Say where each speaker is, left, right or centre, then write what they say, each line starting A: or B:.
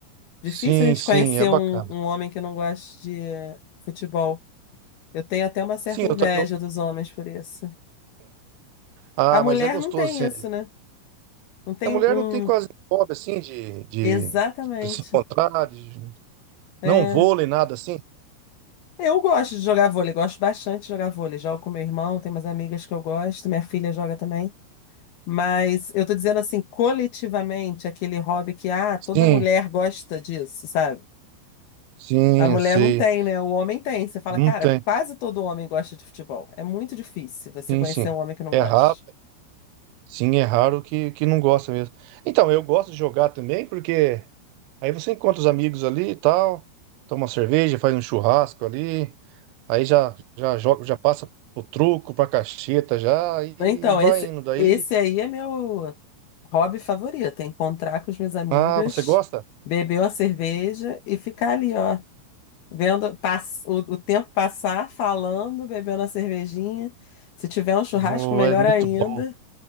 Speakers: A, on the left; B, on the right.
A: Difícil
B: Sim,
A: a gente
B: sim,
A: conhecer
B: é bacana.
A: um, um homem que não goste de eh, futebol. Eu tenho até uma certa
B: Sim,
A: inveja
B: eu também.
A: dos homens por isso.
B: Ah,
A: A mulher
B: mas é gostoso,
A: não tem
B: sim.
A: isso, né? Não tem
B: A mulher
A: um.
B: não tem quase hobby assim de, de,
A: Exatamente.
B: de se encontrar, de,
A: É.
B: não vôlei, nada assim.
A: Eu gosto de jogar vôlei, gosto bastante de jogar vôlei. Jogo com meu irmão, tenho umas amigas que eu gosto, minha filha joga também. Mas eu tô dizendo assim, coletivamente, aquele hobby que, ah, toda
B: Sim,
A: mulher gosta disso, sabe?
B: sim,
A: A mulher
B: sei.
A: não tem, né? O homem tem. Você fala,
B: Não
A: cara,
B: tem.
A: quase todo homem gosta de futebol. É muito difícil você
B: Sim,
A: conhecer
B: sim.
A: um homem que não
B: É
A: gosta.
B: raro. Sim, é raro que, que não gosta mesmo. Então, eu gosto de jogar também, porque aí você encontra os amigos ali e tal, toma uma cerveja, faz um churrasco ali, aí já já joga, já passa pro truco, pra cacheta já e
A: Então,
B: vai
A: esse,
B: indo. Daí,
A: esse aí é meu. Hobby favorito é encontrar com as minhas amigas,
B: ah, você gosta?
A: beber uma cerveja e ficar ali, ó, vendo pass- o, o tempo passar, falando, bebendo a cervejinha. Se tiver um churrasco,
B: Oh,
A: melhor
B: é muito
A: ainda.
B: bom.